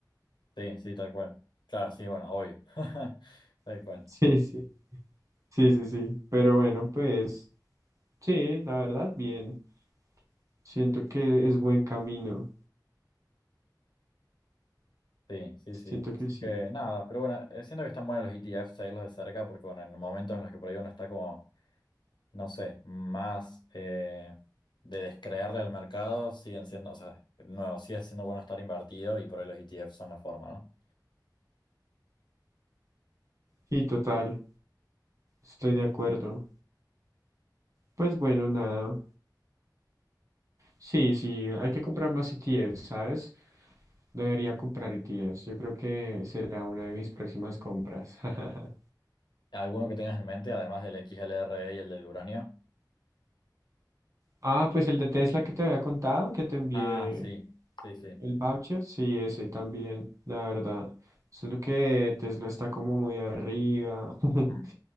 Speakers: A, on the left (about 75°); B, on the right (about 45°).
A: Sí, sí, tal cual. Claro, sí, bueno, obvio. <laughs> Tal
B: <laughs>
A: cual.
B: Sí, sí. Sí, sí, sí. Pero bueno, pues sí, la verdad, bien. Siento que es buen camino.
A: Sí, sí, sí.
B: Siento
A: Así
B: que sí.
A: que nada, pero bueno, eh, siento que están buenos los ETFs, seguirlos de cerca, porque bueno, en momentos en los que por ahí uno está como, no sé, más eh, de descreerle al mercado, siguen siendo, o sea, nuevo, sigue siendo bueno estar invertido y por ahí los ETFs son la forma, ¿no?
B: Sí, total. Estoy de acuerdo. Pues bueno, nada. Sí, sí, hay que comprar más ETFs, ¿sabes? Debería comprar ETFs. Yo creo que será una de mis próximas compras. <laughs>
A: ¿Alguno que tengas en mente, además del XLRE y el del uranio?
B: Ah, pues el de Tesla que te había contado, que te envié
A: Ah, sí, sí, sí.
B: el voucher. Sí, ese también, la verdad. Solo que Tesla está como muy arriba. <laughs>
A: Mm.